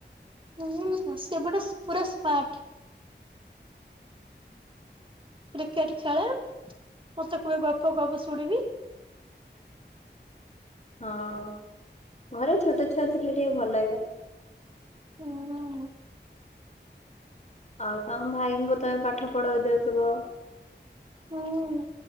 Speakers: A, on the right (about 25°); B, on the left (about 40°).
A: ହୁଁ, ସେ ବୁଟା ପୁରା ସ୍ମାର୍ଟ। କ୍ରିକେଟ ଖେଳେ, ମତେ କୁହେ ଗପ କହ ମୁଁ ଶୁଣିବି।
B: ହଁ-ଅଁ ଘରେ ଛୋଟ ଛୁଆ ଥିଲେ, ଟିକେ ଭଲ ଲାଗେ।
A: ହୁଁ -ଉଁ -ଉ।
B: ଆଉ ତମ ଭାଇଙ୍କୁ ତମେ ପାଠ ପଢାଇ ଦେଉଥିବ?
A: ହୁଁ।